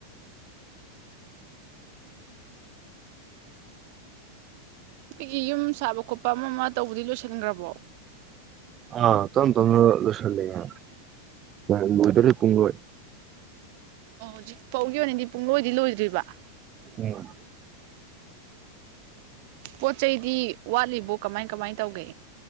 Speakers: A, on the right; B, on the right.
A: ꯎ ꯁꯤ ꯌꯨꯝ ꯁꯥꯕ ꯈꯣꯠꯄ ꯑꯃ ꯑꯃ ꯇꯧꯕꯗꯤ ꯂꯣꯏꯁꯤꯟꯈ꯭ꯔꯕꯣ
B: ꯑ ꯇꯝ ꯇꯝꯅ ꯂꯏꯁꯤꯜꯂꯤꯌꯦ ꯂꯣꯏꯘꯔꯦ ꯄꯨꯡꯂꯣꯏ
A: ꯑꯣ ꯍꯧꯖꯤꯛ ꯐꯥꯎꯒꯤ ꯑꯣꯏꯅꯗꯤ ꯄꯨꯡꯂꯣꯏꯗꯤ ꯂꯣꯏꯗ꯭ꯔꯤꯕ
B: ꯎꯝ
A: ꯄꯣꯠ ꯆꯩꯗꯤ ꯋꯥꯠꯂꯤꯕꯣ ꯀꯃꯥꯏ ꯀꯃꯥꯏ ꯇꯧꯒꯦ